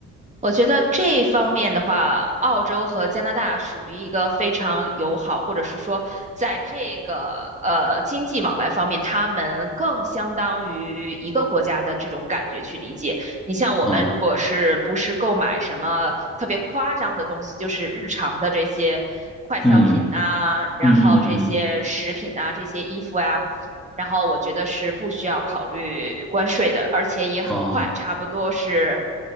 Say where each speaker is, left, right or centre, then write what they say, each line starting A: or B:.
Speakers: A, on the right; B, in the centre.
A: 我觉得这一方面的话，澳洲和加拿大属于一个非常友好，或者是说，在这个呃经济往来方面，他们更相当于一个国家的这种感觉去理解。你像我们如果是不是购买什么特别夸张的东西，
B: 哦，
A: 就是日常的这些快消品啊，
B: 嗯
A: 然后这些食品啊，
B: 嗯嗯嗯，
A: 这些衣服呀、然后我觉得是不需要考虑关税的，而且也很快，
B: 哦，
A: 差不多是，